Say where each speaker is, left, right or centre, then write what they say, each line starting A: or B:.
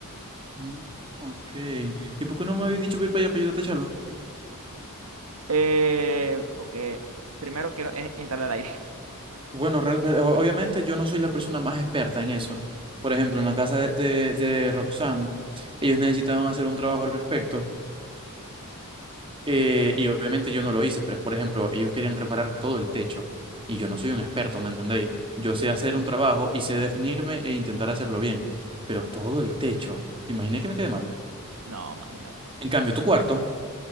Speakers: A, on the right (about 25°); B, on the right (about 80°).
A: Mm, Ok. ¿Y por qué no me habéis dicho para ir para allá para ayudarte a echarlo?
B: Eh, porque primero quiero es instalar aire. <laughs>
A: Bueno, real- pero o- obviamente yo no soy la persona más experta en eso. Por ejemplo, en la casa de, de, de Roxanne, ellos necesitaban hacer un trabajo al respecto. eh,
B: Ya.
A: y obviamente yo no lo hice, pero por ejemplo, ellos querían reparar todo el techo. Y yo no soy un experto, ¿me entendéis? Yo sé
B: Sí,
A: hacer
B: claro.
A: un trabajo y sé definirme e intentar hacerlo bien. Pero todo el techo, ¿te imaginé que me quede mal?
B: No, imagínate.
A: En cambio, tu cuarto